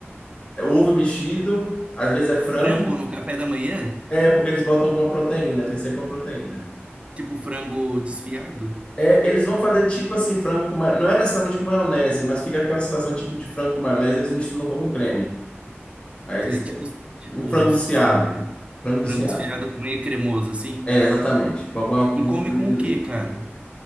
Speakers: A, on the left (about 25°); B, on the right (about 25°).
A: é ovo mexido, às vezes é frango,
B: Frango no café da manhã?
A: é porque eles botam alguma proteína, tem sempre uma proteína.
B: Tipo frango desfiado?
A: É, eles vão fazer tipo assim, frango com ma... Não é necessariamente com maionese, mas fica aquela sensação tipo de frango com maionese, eles misturam com algum creme. Aí eles
B: Sei, tipo,
A: têm
B: tipo
A: um frango desfiado.
B: é,
A: Frango desfiado.
B: frango desfiado meio cremoso assim.
A: É, exatamente. Com alguma com
B: E come
A: creme
B: com
A: de
B: o quê,
A: leite.
B: cara?